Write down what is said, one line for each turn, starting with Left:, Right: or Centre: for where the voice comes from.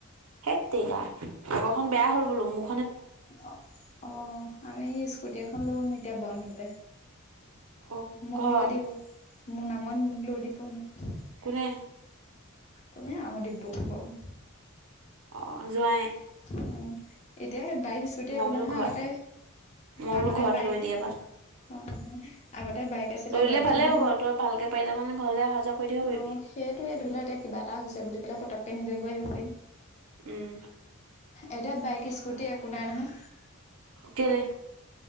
Right: হেততেৰিকা আগৰ খন বেয়া হ'ল বোলো মোক
Left: অ', অ', আমি সেই স্কুটি এখন লম এতিয়া বন্ধতে।
Right: অ,
Left: মোক
Right: ক'।
Left: লৈ দিব। মোৰ নামত মোক লৈ দিব নেকি?
Right: কোনে
Left: কমে আৰু দিগবৌ বৌ
Right: অ', যোৱাই
Left: অ', এতিয়া সেই বাইক স্কুটি একো
Right: বোলো
Left: নহয়
Right: ঘৰত
Left: আগতে
Right: মই বোলো
Left: আগতে
Right: ঘৰত
Left: বাইক
Right: লৈ দিয়ে বা
Left: হয় হয় আগতে বাইক আছিলে
Right: লৈ দিলে
Left: বাইকখনো,
Right: ভালে হ'ব তই ভালকে পাৰিলে মানে ঘৰলে অহা যোৱা কৰি থাকিব পাৰিবি
Left: অ, সেইটোয়ে ধৰি লোৱা এতিয়া কিবা কিবা এটা হৈছে বুলি ক'লে, পতককে নিজে গৈ আহিব পাৰিম,
Right: উম
Left: এতিয়া বাইক স্কুটী <unintelligible>
Right: কেলে